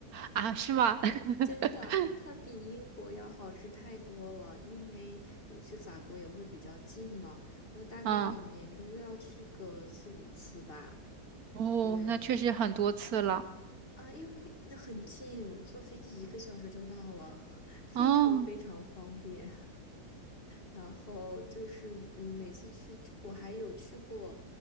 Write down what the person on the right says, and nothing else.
啊，是吧？<laughs>
嗯，哦，
那确实很多次了。
哦，